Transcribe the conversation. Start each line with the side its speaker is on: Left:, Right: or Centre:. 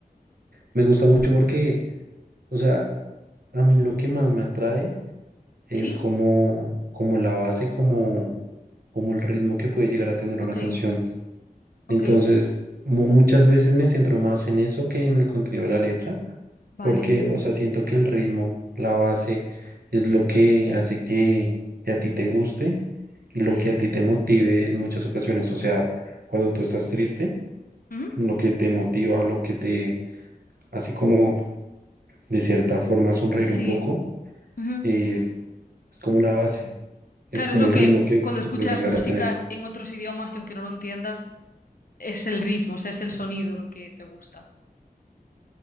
Right: me gusta mucho porque, o sea, a mí lo que más me atrae es
Left: ¿Sí?
Right: como, como la base, como, como el ritmo que puede llegar a tener
Left: ok,
Right: una canción.
Left: ok,
Right: Entonces, mu- muchas veces me centro más en eso que en el contenido de la letra,
Left: vale,
Right: porque, o sea, siento que el ritmo, la base, es lo que hace que, que a ti te guste y
Left: ok.
Right: lo que a ti te motive en muchas ocasiones. O sea, cuando tú estás triste,
Left: Ujú,
Right: lo que te motiva, lo que te hace como, de cierta forma, sonreír
Left: Sí.
Right: un poco,
Left: ujú.
Right: es, es como la base, es
Left: Claro,
Right: como
Left: es lo
Right: el
Left: que
Right: ritmo que
Left: cuando
Right: que
Left: escuchas
Right: puede llegar
Left: música
Right: a tener.
Left: en otros idiomas y aunque no lo entiendas, es el ritmo, o sea, es el sonido lo que te gusta.